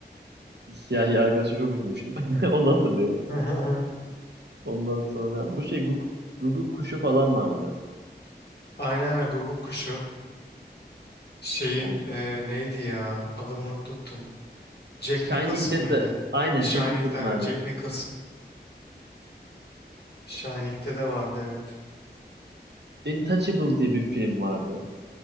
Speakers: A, on the right; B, on the left.
A: Siyahi arkadaşı çok üzülmüştüm. <laughs> Onu hatırlıyorum.
B: <laughs>
A: Ondan sonra bu şey Guguk, Guguk kuşu falan vardı.
B: Aynen aynen Guguk Kuşu. Şeyin
A: On,
B: eee, neydi ya? Adamını unuttum. Jack
A: Shining'de
B: Nicholson mıydı?
A: de aynen
B: Shining'de
A: Jack Nicholson
B: aynen
A: abi.
B: Jack Nicholson. Shining'de de vardı evet.
A: Ee, Intouchable diye bir film vardı.